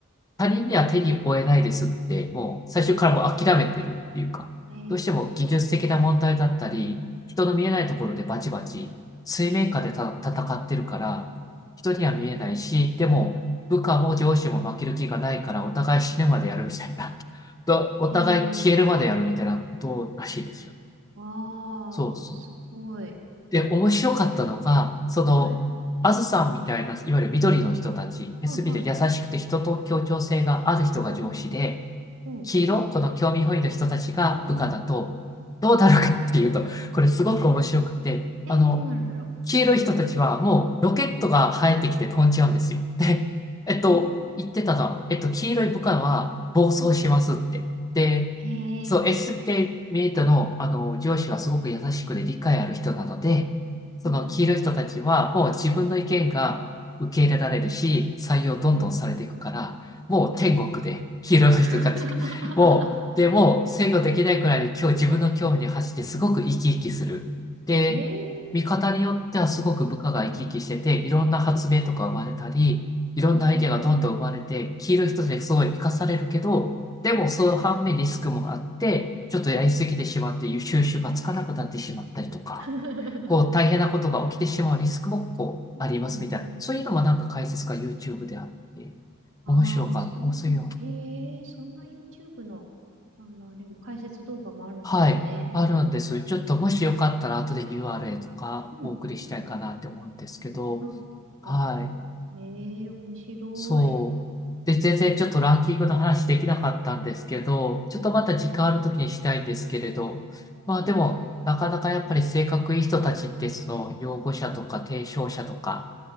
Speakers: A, on the left; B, on the right.
A: 他人には手に負えないですって、もう最初からもう諦めてるっていうか、
B: へえ、
A: どうしても技術的な問題だったり、人の見えないところでバチバチ、
B: うん、
A: 水面下でた戦ってるから、人には見えないし、
B: ああ
A: でも部下も上司も負ける気がないから、お互い死ぬまでやるみたいな、<laughs> とお互い消えるまでやるみたいなことらしいですよね。
B: へえ、わあ、
A: そうそう。
B: すごい。
A: で、面白かったのが、その、
B: はい、
A: あずさんみたいな、いわゆる緑の人たち、
B: はい、はい、
A: すべて優しくて人と協調性がある人が上司で、
B: はい、うん、うん、
A: 黄色、この興味本位の人たちが部下だと、
B: うん、うん、
A: どうなるかっていうと、
B: うん
A: これすごく面白くて、
B: うんえ、
A: あの、
B: どうなるんだろ
A: 黄色い人たちはもうロケットが生えてきて飛んじゃうんですよ。
B: う。うん、
A: で、えっと、
B: あ
A: 言ってたのは、えっと、黄色い部下は暴走しますって。
B: うん
A: で、
B: へえ。
A: そう、S って見えたの、あの、上司がすごく優しくで理解ある人なので、その黄色い人たちはもう自分の意見が受け入れられるし、
B: うん
A: 採用どんどんされていくから、
B: うん。うん。
A: もう天国で黄色い人たちもう、
B: <laughs>
A: でもう制御できないくらいで今日自分の興味に走ってすごく生き生きする。で、
B: ええ
A: 見方によってはすごく部下が生き生きしてて、いろんな発明とか生まれたり、いろんなアイデアがどんどん生まれて、
B: あ、すごい。
A: 黄色一つですごい活かされるけど、でもその反面リスクもあって、
B: うん。
A: ちょっとやりすぎてしまって収集がつかなくなってしまったりとか、
B: うん。<laughs>
A: こう大変なことが起きてしまうリスクもこうありますみたいな、
B: うん。
A: そういうのもなんか解説が YouTube であって、
B: ああ、
A: 面白かった。
B: そう。
A: おそういうの
B: へえ、そんな YouTube の、あの、あれも、解説動画もあるんですね。
A: はい、あるんです。ちょっともしよかったら後で URL とかお送りしたいかなって思うんですけど、
B: うん、うん、うん。うんあ、ありがとうございます。
A: はい、
B: ええ、面白い。
A: そう。で、
B: ね
A: 全然ちょっとランキングの話できなかったんですけど、
B: うん、うん。
A: ちょっとまた時間ある時にしたいんですけれど、まあでも、
B: そうですね。
A: なかなかやっぱり性格いい人たちってその擁護者とか提唱者とか